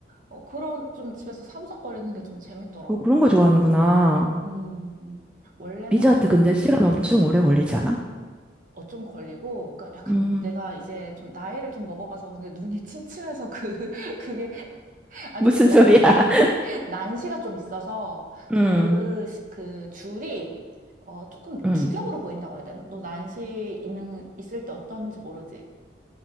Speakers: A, on the right; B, in the centre.
A: 어, 그런 좀 집에서 사부작거리는 게 좀 재밌더라고.
B: 뭐 그런 거 좋아하는구나.
A: 음, 원래는
B: 비즈아트 근데 시간 엄청 오래 걸리지 않아?
A: 어, 좀 걸리고, 그러니까 약간
B: 음,
A: 내가 이제 좀 나이를 좀 먹어가서 그런데 눈이 침침해서 그, <laughs> 그게, 아니,
B: 무슨
A: 그, 나,
B: 소리야?
A: 좀,
B: <laughs>
A: 어, <laughs> 난시가 좀 있어서
B: 응,
A: 그, 시- 그 줄이, 어, 조금
B: 응.
A: 두 겹으로 보인다고 해야 되나? 너 난시 있는, 있을 때 어떤지 모르지?